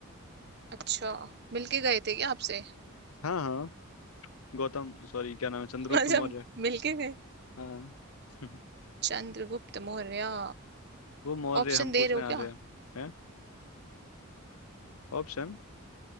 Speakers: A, on the right; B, on the left.
A: अच्छा मिलके गए थे क्या आपसे
B: हाँ हाँ गौतम सॉरी क्या नाम है चंद्रगुप्त
A: <laughs> अच्छा
B: मौर्य
A: मिलके गए
B: हाँ <laughs>
A: चंद्रगुप्त मौर्य
B: वो मौर्य
A: ऑप्शन
B: हम पूछ
A: दे रहे
B: रहे
A: हो
B: हैं आर्य
A: क्या
B: ऑप्शन